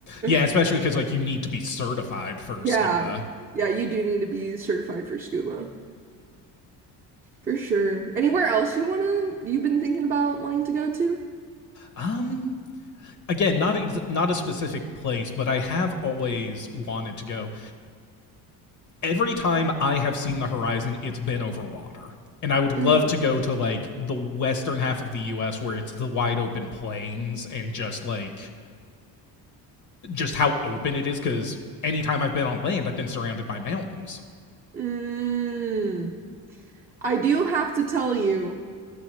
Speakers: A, on the left; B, on the right.
A: yeah especially
B: <laughs>
A: because like you need to be certified for
B: Yeah.
A: scuba
B: Yeah, you do need to be certified for scuba. For sure. Anywhere else you wanna you've been thinking about wanting to go to?
A: um again not ex- not a specific place but i have always wanted to go every time I have seen the horizon, it's been over water. And I would love
B: Mm.
A: to go to like the western half of the US where it's the wide open plains and just like just how open it is cuz anytime I've been on land, I've been surrounded by mountains.
B: Mm. I do have to tell you,